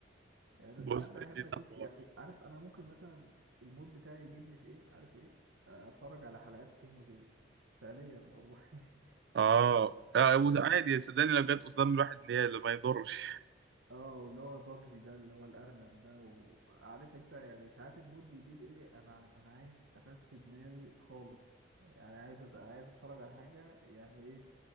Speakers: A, on the right; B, on the right.
A: يعني انا ساعات
B: بوس
A: بحب
B: بيبي
A: اشوف
B: ده حوار
A: يعني عارف انا ممكن مثلا المود بتاعي يجيبني في ايه عارف ايه اتفرج على حلقات توم وجيري فعليا والله <laughs>
B: اه آه، عادي صدقني لو جت قدام الواحد نيال ما يضرش <laughs>
A: اه واللي هو باجزي ده اللي هو الارنب ده وعارف انت يعني ساعات المود بيجيب ايه انا انا عايز افسد دماغي خالص يعني عايز أت... عايز اتفرج على حاجه يعني ايه